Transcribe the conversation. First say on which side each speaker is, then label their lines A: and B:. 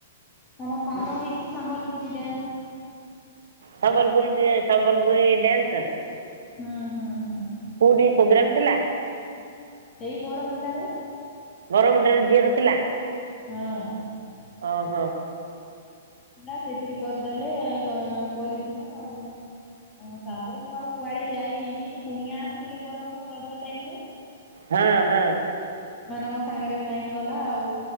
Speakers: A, on the left; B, on the right.
A: ମାନେ ସାଙ୍ଗହେଇ କି କି ସମ୍ବଲପୁରୀ ଡ୍ୟାନ୍ସ
B: ସମ୍ବଲପୁରୀ ସମ୍ବଲପୁରୀ ଡ୍ୟାସର
A: ହୁଁ ହୁଁ ହୁଁ।
B: କୋଉଠି ପ୍ରୋଗ୍ରାମ ଥିଲା?
A: ସେଇ ବରମୁଣ୍ଡାରେ
B: ବରମୁଣ୍ଡରେ ଝିଅର ଥିଲା
A: ହୁଁ।
B: ଓ ହୋ।
A: ଥିଲା ସେଇଥିରେ କରିଦେଲେ କରିଥିଲା ଆଉ ତାପରେ ମୁଁ ଆଉ କୁଆଡେ ଯାଇନେବି କୁଣିଆ ଆସିଥିଲେ ଘରକୁ ରଜ ଟାଇମରେ
B: ହୁଁ ହୁଁ।
A: ସେମାନଙ୍କ ସାଙ୍ଗରେ ଟାଇମ ଗଲା ଆଉ